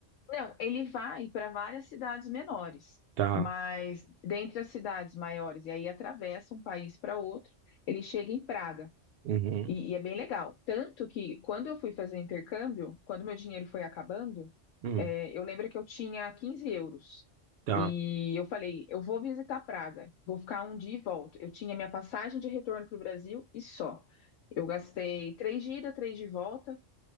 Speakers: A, on the left; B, on the right.
A: Não, ele vai para várias cidades menores,
B: Tá.
A: mas dentre as cidades maiores, e aí atravessa um país para outro, ele chega em Praga.
B: Uhum,
A: E, e é bem legal. Tanto que quando eu fui fazer intercâmbio, quando meu dinheiro foi acabando,
B: hum,
A: é, eu lembro que eu tinha 15 euros.
B: tá.
A: E eu falei, eu vou visitar Praga, vou ficar um dia e volto. Eu tinha minha passagem de retorno para o Brasil e só. Eu gastei três de ida, três de volta.